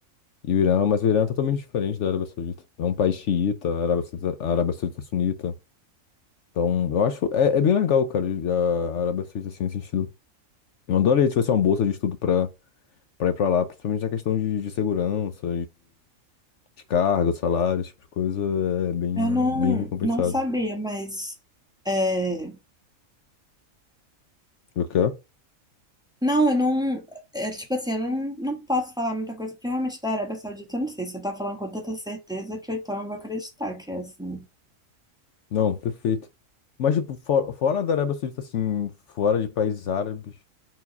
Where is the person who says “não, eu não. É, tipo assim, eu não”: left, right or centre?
Centre